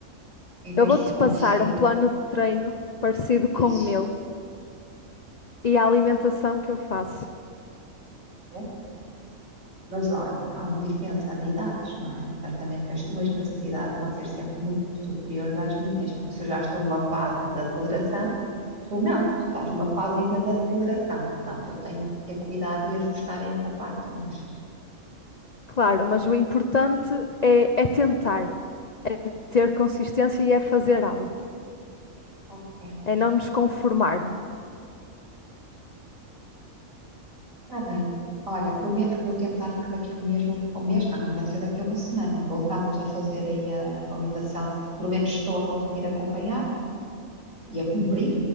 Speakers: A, on the right; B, on the left.
A: e
B: Eu
A: ver
B: vou-te
A: se
B: passar
A: consigo
B: um plano de treino parecido com
A: isso.
B: o meu e a alimentação que eu faço.
A: né? Mas olha, há uma diferença de idades, não é? Certamente que as tuas necessidades vão ser sempre muito superiores às minhas, porque se eu já estou numa fase de aceleração, Tu não, tu estás numa fase ainda de aceleração. Portanto, eu tenho que ter cuidado e ajustar essa parte, não achas?
B: Claro, mas o importante é, é tentar, é ter consistência e é fazer algo,
A: Ok.
B: é não nos conformarmos.
A: Está bem. Olha, prometo que vou tentar e que daqui a um mês, vou- um mês não, é melhor ser daqui a uma semana, voltamos a fazer aí a validação, se pelo menos estou a conseguir acompanhar e a cumprir,